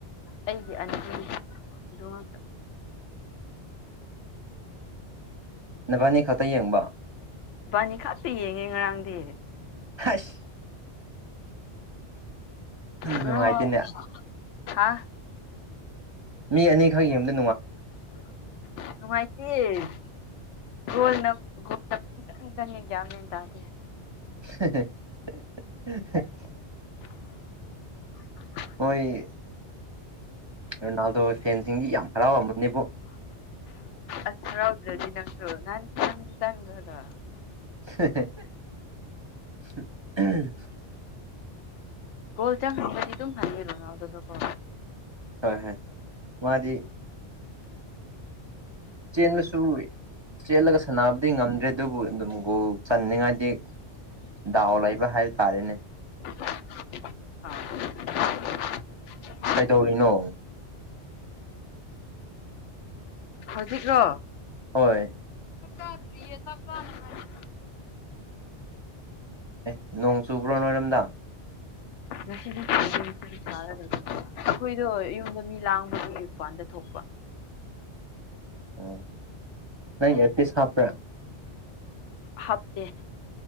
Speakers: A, on the left; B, on the right.
A: ꯑꯩꯒꯤ ꯑꯅꯤ <unintelligible> ꯗꯨꯃꯛꯇ
B: ꯅꯕꯥꯅꯤ ꯈꯛꯇ ꯌꯦꯡꯕ
A: ꯏꯕꯥꯅꯤ ꯈꯛꯇ ꯌꯦꯡꯉꯦ ꯉꯔꯥꯡꯗꯤ
B: ꯍꯁ
A: <unintelligible>
B: ꯅꯨꯡꯉꯥꯏꯇꯦꯅꯦ
A: ꯍꯥꯥ
B: ꯃꯤ ꯑꯅꯤꯈꯛ ꯌꯦꯡꯕꯗꯣ
A: ꯅꯨꯡꯉꯥꯏꯇꯤꯌꯦ <unintelligible> ꯒꯣꯜꯅ ꯄꯨꯡꯆꯪ ꯆꯪꯑꯦ ꯒ꯭ꯌꯥꯟ ꯃꯦꯟ ꯇꯥꯗꯦ
B: <inaudible>
A: <inaudible>
B: ꯍꯣꯏ ꯔꯣꯅꯥꯜꯗꯣ ꯐꯦꯟꯁꯤꯡꯗꯤ ꯌꯥꯝ ꯍꯔꯥꯎꯔꯝꯃꯅꯦꯕꯣ
A: ꯑꯁ ꯍꯔꯥꯎꯗ꯭ꯔꯗꯤ ꯅꯪꯁꯨ ꯅꯥꯍꯥꯟ ꯅꯪꯁꯨ ꯆꯪꯗ꯭ꯔꯥꯗꯣ
B: <inaudible>
A: ꯒꯣꯜ ꯆꯪꯍꯟꯕꯗꯤ ꯑꯗꯨꯝ ꯍꯩꯌꯦ ꯔꯣꯅꯥꯜꯗꯣ ꯗꯣ ꯀꯣ
B: ꯍꯣꯏ ꯍꯣꯏ ꯃꯥꯗꯤ ꯆꯦꯟꯕꯁꯨ ꯆꯦꯜꯂꯒ ꯁꯥꯟꯅꯕꯗꯤ ꯉꯝꯗ꯭ꯔꯦ ꯑꯗꯨꯕꯨ ꯑꯗꯨꯝ ꯒꯣꯜ ꯆꯟꯅꯤꯡꯉꯥꯏꯗꯤ ꯗꯥꯎ ꯂꯩꯕ ꯍꯥꯏ ꯇꯥꯔꯦꯅꯦ
A: <unintelligible>
B: ꯀꯩꯗꯧꯔꯤꯅꯣ
A: ꯍꯧꯖꯤꯛꯔꯣ
B: ꯍꯣꯏ
A: ꯆꯥꯛ ꯆꯥꯗ꯭ꯔꯤꯌꯦ ꯆꯥꯛ ꯆꯥꯅꯤꯉꯥꯏ
B: ꯑꯦ ꯅꯣꯡ ꯆꯨꯕ꯭ꯔꯣ ꯅꯣꯏꯔꯣꯝꯗꯥ
A: ꯑꯁꯤꯗꯤ <unintelligible> ꯑꯩꯈꯣꯏꯗꯣ ꯌꯨꯝꯗ ꯃꯤ ꯂꯥꯡꯕꯒꯤ ꯃꯄꯥꯟꯗ ꯊꯣꯛꯄ
B: ꯑ ꯅꯪ ꯏꯌꯥꯔꯄꯤꯁ ꯍꯞꯄ꯭ꯔꯥ
A: ꯍꯞꯇꯦ